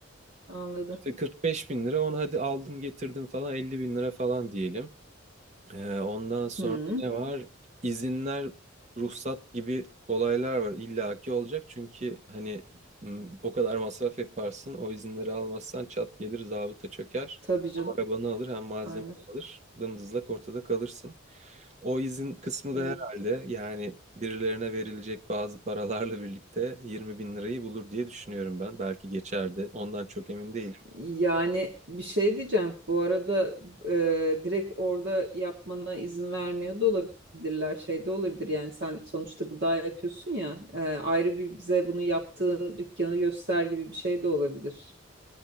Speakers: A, on the right; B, on the right.
A: anladım.
B: İşte 45 bin lira onu hadi aldım getirdim falan 50 bin lira falan diyelim. Ee, ondan sonra
A: Hmm,
B: ne var? İzinler, ruhsat gibi olaylar var. illaki olacak çünkü hani m, o kadar masraf yaparsın. O izinleri almazsan çat gelir zabıta çöker.
A: tabii canım.
B: Hem arabanı alır hem malzemeni
A: Aynen.
B: alır. Dımdızlak ortada kalırsın. O izin kısmı
A: Evet.
B: da herhalde yani birilerine verilecek bazı paralarla birlikte 20 bin lirayı bulur diye düşünüyorum ben. Belki geçerdi. Ondan çok emin değilim.
A: Yani bir şey diyeceğim. Bu arada e, direkt orada yapmana izin vermiyor da olabilirler. Şey de olabilir yani sen sonuçta gıda yapıyorsun ya. e, ayrı bir bize bunu yaptığın dükkanı göster gibi bir şey de olabilir.